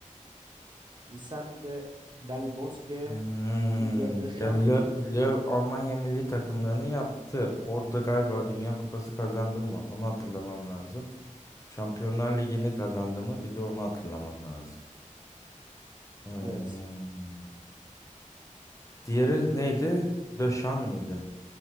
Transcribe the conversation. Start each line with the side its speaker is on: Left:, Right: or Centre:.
Right: Vicente Del Bosque,
Left: Hmm.
Right: Didier Deschamps.
Left: Ya Löw, Löw Almanya milli takımlarını yaptı. Orada galiba Dünya Kupası kazandı mı? Onu hatırlamam lazım. Şampiyonlar Ligi'ni kazandı mı? Bir de onu hatırlamam lazım. Hmm.
Right: Evet.
Left: Diğeri neydi? Döşan mıydı?